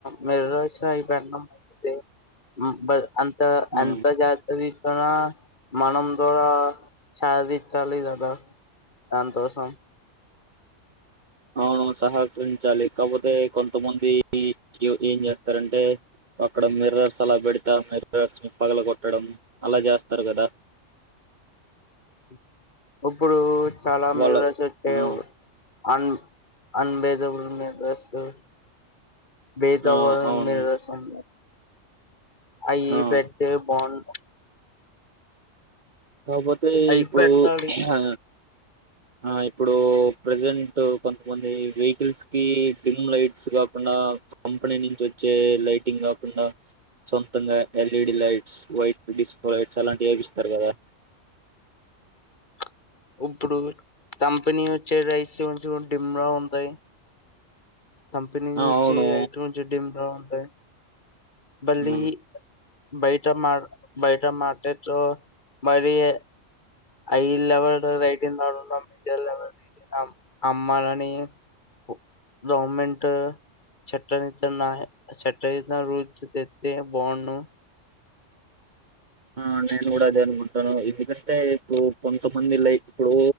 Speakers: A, on the left (about 40°); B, on the right (about 40°).
A: మిర్రర్స్ అవి పెడ్డం మంచిదే మ్ బర్ అంత
B: ఆ
A: అంత జాగ్రత్తది తన మనం దార చది చాలి దాదా సంతోషం
B: అవును సహకరించాలి కాపోతే కొంతమంది ఏం జేస్తారంటే అక్కడ మిర్రర్స్ అలా బెడతా ఆ మిర్రర్స్ ని పగల గొట్టడం అలా జేస్తారు గదా
A: <inaudible> ఇబ్బుడు చాలా
B: వాళ్ళ
A: మిర్రర్స్ అయితే
B: ఆ
A: అన్ అన్భేదబుల్ మిర్రర్సు బేతావరం
B: ఆ అవును
A: మీరు రసం అయి
B: ఆ
A: పెడితే బాగు
B: కాపోతే
A: అయి
B: ఇప్పుడు
A: పెట్టాలి
B: ఆ ఆ ఇప్పుడు ప్రజెంటు కొంతమంది వెయ్ కిల్స్ కి డిమ్ లైట్స్ గాకుండా ఆ కంపెనీ నుంచి వచ్చే లైటింగ్ గాకుండా సొంతంగా ఎల్ఈడీ లైట్స్ వైట్ డిస్ప్ లైట్స్ అలాంటివి ఏపిస్తారు గదా
A: <inaudible> ఉంపుడు కంపెనీ వచ్చే రైటు కొంచెం డిమ్ముగా ఉంటాయ్ కంపెనీ నుంచి
B: ఆ అవును
A: రైట్ నుంచి డిమ్ గా ఉంటాయ్ బళ్ళీ
B: ఆ
A: బైటా మాడు బైటా మాటేటులో మరి ఏ హై లెవెల్ రైటింగ్ దడున్నా మీడియర్ లెవెల్ ర అమ్మలని వు గౌమెంటు చట్ట నిత్నాయే చట్ట ఇతున్న రూల్ దతే బాగుండు ను <inaudible>
B: ఆ నేను గూడా అదే అనుకుంటాను ఎందుకంటే ఇప్పుడు కొంతమందిలై ఇప్పుడు